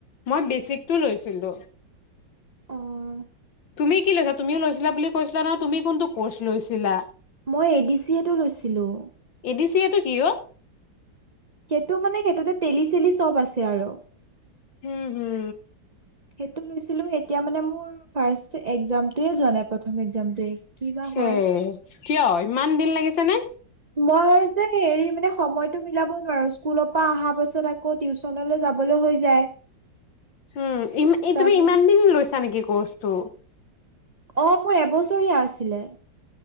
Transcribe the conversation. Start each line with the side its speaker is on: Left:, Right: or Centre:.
Left: মই বেচিকটো লৈছিলো।
Right: অ
Left: তুমি কি লৈছা তুমিও লৈছিলা বুলি কৈছিলা নহয় তুমি কোনটো কৰ্চ লৈছিলা
Right: মই এ ডি চিয়ে ট লৈছিলোঁ।
Left: এ ডি চি এটো কি ঔ
Right: সেইটো মানে সেইটোতে তেলি চেলি চব আছে আৰু।
Left: হুম হুম
Right: সেইটো লৈছিলো এতিয়া মানে মোৰ ফাৰ্ষ একজামটোয়ে যোৱা নাই। প্ৰথম একজামটোৱেই কি বা হয়
Left: এ কিয় ইমান দিন লাগিছে নে
Right: মই যে হেৰি মানে সময়তো মিলাব নোৱাৰো, স্কুল পা আহা পাছত আকৌ টিউ টিউচনলৈ যাবলৈ হৈ যায়।
Left: হুম ই এই
Right: তাৰপিছত
Left: তুমি ইমান দিন লৈছা নেকি কৰ্চটো?
Right: অঁ মোৰ এবছৰীয়া আছিলে।